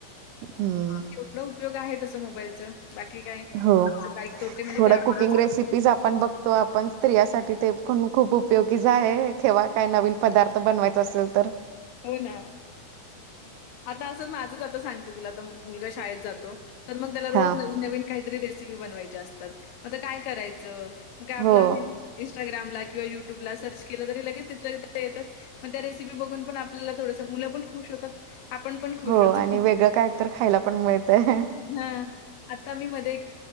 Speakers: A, on the right; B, on the left.
A: हम्म
B: तेवढा उपयोग आहे तस मोबाईलच बाकी काय
A: हो
B: काही. तोटे म्हणजे
A: थोडं
B: ते हां. आपणच
A: कुकिंग रेसिपीज
B: करून
A: आपण बघतो आपण स्त्रियासाठी ते पण खूप उपयोग आहे खेवा काय नवीन पदार्थ बनवायच असेल तर
B: हो ना आता असं माझंच आता सांगते तुला आता मुलगा शाळेत जातो. तर मग त्याला रोज
A: हा
B: नवीन नवीन काहीतरी रेसिपी बनवायची असतात मग ते काय करायचं? काय आपला
A: हो
B: आहे. इनस्टाग्रामला किंवा युट्यूब ला सर्च केलं तरी लगेच तिथला येतात मग त्या रेसिपी बघून पण आप ल्याला थोडस मुलं पण खुश होतात आपण पण खुश
A: हो
B: होतो.
A: आणि वेगळं काय तर खायला पण मिळतय.
B: हां. आता मी मध्ये